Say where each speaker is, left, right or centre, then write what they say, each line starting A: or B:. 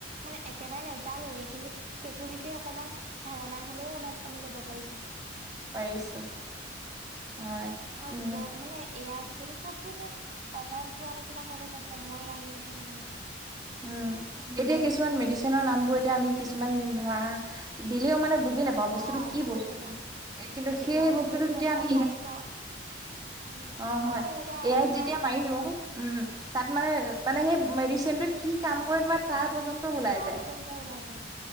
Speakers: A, on the right (about 35°); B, on the right (about 20°).
A: মানে একেবাৰে নেজানোৱে কিন্তু সেইটোৰ বিষয়ে অকমান ধাৰণা হলেও অলপ আমি ল'ব পাৰিছো
B: পাৰিছো হয়
A: অ
B: উম
A: জীৱন মানে এয়া যোগেদি চববো যে সহজ হোৱা নিচিনা হৈ গৈছে সময় ৰাহি হৈছে মানুহৰ
B: উম
A: মানুহৰ
B: এতিয়া কিছুমান মেডিচিনৰ নাম বোৰ এতিয়া আমি কিছুমান ধৰা দিলেও মানে বুজি নাপাওঁ বস্তুটো
A: অ
B: কি
A: বুজি
B: বস্তু
A: নাপাওঁ
B: কিন্তু
A: এতিয়া
B: সেই
A: এয়াৰ
B: বস্তুটো
A: যোগেদি
B: যেতিয়া
A: আপোনাৰ
B: আমি
A: স্বাস্থ্য উম
B: অ
A: আৰু
B: হয়
A: মানে এনেকুৱা
B: এয়
A: তোমাৰ
B: যেতিয়া মাৰিলো উম তাত মানে মানে সেই মেডিচিনটো কি কাম কৰে তোমাৰ তাৰ পৰ্যন্ত ওলাই
A: তাহ
B: যায়।
A: পৰ্যন্ত ওলাই যায়